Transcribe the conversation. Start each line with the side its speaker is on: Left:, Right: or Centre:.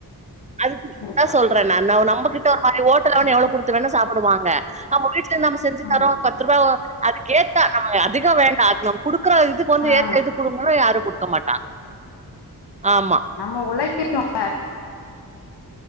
Right: அதுான்
Left: கண்டிப்பா
Right: சொல்றேன் நான் நம்மகிட்ட ஒரு மாதிரி ஹோட்டலவடு
Left: ஆமா
Right: எவ்வளவு குடுத்து வேணா சாப்பிடுவாங்க நம்ம வீட்டுல இருந்து நம செஞ்சு
Left: ஆமா
Right: தரோம் பத்து ரூபாய் அதுக்கேத்தா நம்ம அதிகம் வேண்டாம் நம்ம கொடுக்க இருக்கற இதுக்கு வந்து
Left: ஆ
Right: ஏத்த இது கொடுங்கணும் யாருக்கும் கொடுக்க மாட்டான் ஆமா
Left: நம்ம உழைக்குறோம